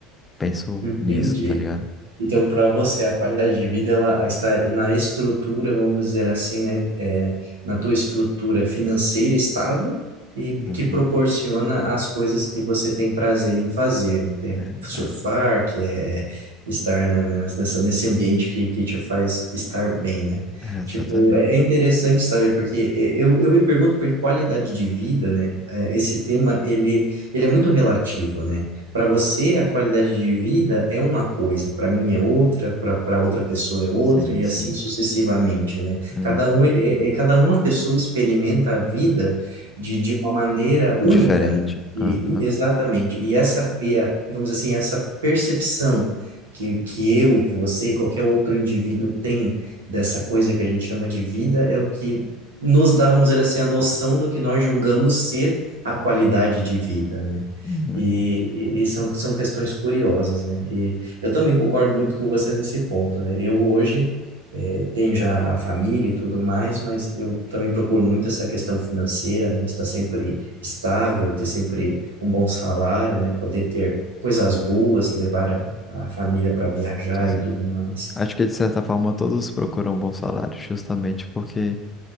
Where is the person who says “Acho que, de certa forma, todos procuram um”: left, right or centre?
Left